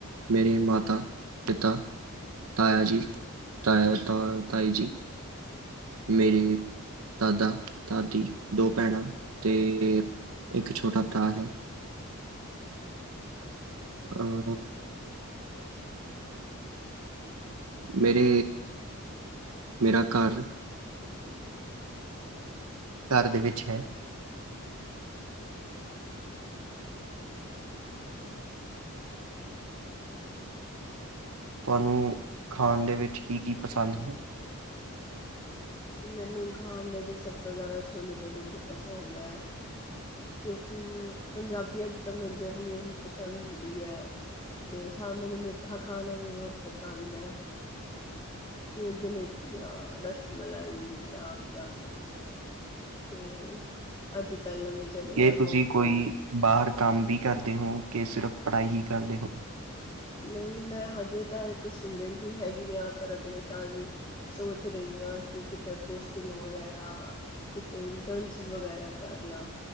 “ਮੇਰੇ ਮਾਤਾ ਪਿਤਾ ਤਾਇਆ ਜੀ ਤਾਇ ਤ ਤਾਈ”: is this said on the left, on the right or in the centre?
Right